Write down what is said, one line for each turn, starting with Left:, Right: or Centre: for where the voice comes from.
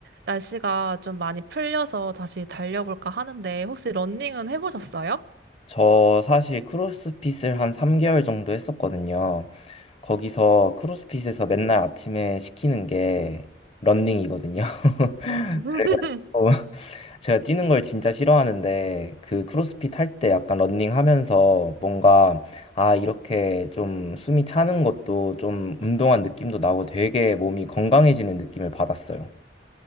Right: 날씨가 좀 많이 풀려서 다시 달려볼까 하는데 혹시 러닝은 해보셨어요?
Left: 저 사실 크로스핏을 한 3개월 정도 했었거든요. 거기서 크로스핏에서 맨날 아침에 시키는 게 러닝이거든요. <laughs>
Right: <laughs>
Left: 그래가지고 <laughs> 제가 뛰는 걸 진짜 싫어하는데 그 크로스핏 할 때 약간 러닝 하면서 뭔가 아, 이렇게 좀 숨이 차는 것도 좀 운동한 느낌도 나고 되게 몸이 건강해지는 느낌을 받았어요.